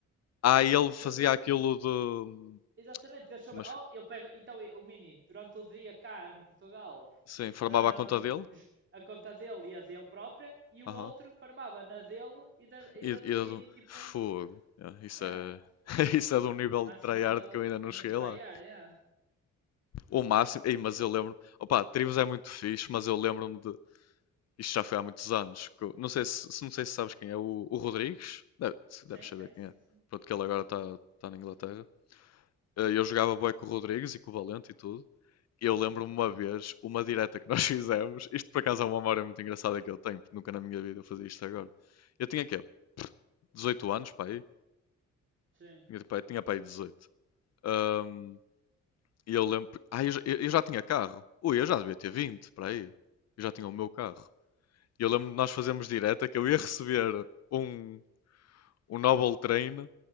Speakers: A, on the left; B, on the right.
A: Ah, e ele fazia
B: e ele,
A: aquilo
B: e-
A: de.
B: exatamente, ele soube,
A: Mas,
B: oh, eu pego, então o Mini, durante o dia cá em Portugal,
A: sim, formava
B: ahm,
A: a conta dele?
B: a conta dele e a dele própria, e o
A: Aham.
B: outro farmava na dele e da, e
A: E,
B: da
A: e
B: do Mini,
A: do.
B: tipo,
A: Fogo. Yeah, isso
B: é, yeah.
A: é. <laughs> Isso é de um nível
B: Maximum
A: de tryhard
B: level
A: que eu ainda não
B: é mesmo
A: cheguei
B: tryhard,
A: lá.
B: yeah.
A: O máximo. Ei, mas eu lembro. Opa, Tribos é muito fixe, mas eu lembro-me de. Isto já foi há muitos anos. que eu- Não sei se, se- não sei se sabes quem é o, o Rodrigues. Deve, se-
B: Sim,
A: deves saber
B: sei,
A: quem
B: sei,
A: é.
B: sim.
A: Pronto, que ele agora está tá tá na Inglaterra. Eh, Eu jogava bué com o Rodrigues e com o Valente e tudo. eu
B: Uhum,
A: lembro-me uma vez, uma direta que <laughs> nós fizemos. Isto por acaso é uma memória muito engraçada que eu tenho, porque nunca na minha vida eu fazia isto agora. Eu tinha quê? 18 anos, pá aí?
B: sim.
A: Tinha tinha pá aí 18. Ahm, e eu lembro. Ah, eu, já- eu- já tinha carro. Ui, eu já devia ter 20, para aí. Eu já tinha o meu carro. E eu lembro de nós fazermos direta que eu ia receber um, um Noble Train.